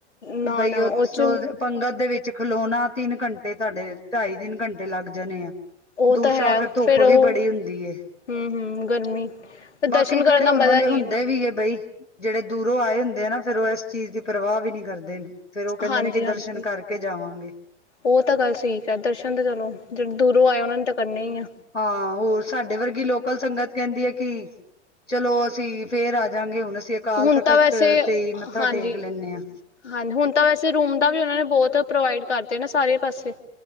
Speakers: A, on the left (about 65°); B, on the left (about 80°).
A: ਨਾ
B: ਬਈ
A: ਨਾ
B: ਉਹ
A: ਚ
B: ਸੋਦੇ ਪੰਗਤ ਦੇ ਵਿੱਚ ਖਲੋਣਾ ਤਿੰਨ ਘੰਟੇ ਤੁਹਾਡੇ ਢਾਈ ਤਿੰਨ ਘੰਟੇ ਲੱਗ ਜਾਣੇ ਆ।
A: ਉਹ
B: ਦੂਸਰਾ
A: ਤਾਂ ਹੈ
B: ਫਿਰ ਧੁੱਪ
A: ਉਹ
B: ਵੀ ਬੜੀ ਹੁੰਦੀ ਏ।
A: ਹੂੰ-ਹੂੰ ਗਰਮੀ ਫਿਰ ਦਰਸ਼ਨ
B: ਲੋਕੀ ਖੜੇ
A: ਕਰਨ ਦਾ
B: ਹੋਣ
A: ਮਜ਼ਾ
B: ਵਾਲੇ
A: ਨਹੀਂ
B: ਹੁੰਦੇ
A: ਇੰਨਾ
B: ਵੀ ਏ ਬਈ। ਜਿਹੜੇ ਦੂਰੋਂ ਆਏ ਹੁੰਦੇ ਆ ਨਾ ਫਿਰ ਉਹ ਇਸ ਚੀਜ਼ ਦੀ ਪਰਵਾਹ ਵੀ ਨੀ ਕਰਦੇ। ਫਿਰ ਉਹ ਕਹਿੰਦੇ
A: ਹਾਂਜੀ-ਹਾਂਜੀ।
B: ਨੇ ਕਿ ਦਰਸ਼ਨ ਕਰਕੇ ਜਾਵਾਂਗੇ।
A: ਉਹ ਤਾਂ ਗੱਲ ਠੀਕ ਐ ਦਰਸ਼ਨ ਤਾਂ ਚਲੋ ਜਿਹੜੇ ਦੂਰੋਂ ਆਏ ਉਹਨਾਂ ਨੇ ਤਾਂ ਕਰਨੇ ਈ ਆ।
B: ਹਾਂ ਹੋਰ ਸਾਡੇ ਵਰਗੀ ਲੋਕਲ ਸੰਗਤ ਕਹਿੰਦੀ ਐ ਕਿ ਚਲੋ ਅਸੀਂ ਫਿਰ ਆ ਜਾਂਗੇ ਹੁਣ ਅਸੀਂ ਅਕਾਲ
A: ਹੁਣ
B: ਤਖ਼ਤ
A: ਤਾਂ ਵੈਸੇ
B: ਤੇ ਈ ਮੱਥਾ
A: ਹਾਂਜੀ।
B: ਟੇਕ ਲੈਨੇ ਆ।
A: ਹਾਂਜੀ, ਹੁਣ ਤਾਂ ਵੈਸੇ ਰੂਮ ਦਾ ਵੀ ਉਹਨਾਂ ਨੇ ਬਹੁਤ ਪ੍ਰੋਵਾਈਡ ਕਰਦੇ ਨਾ ਸਾਰੇ ਪਾਸੇ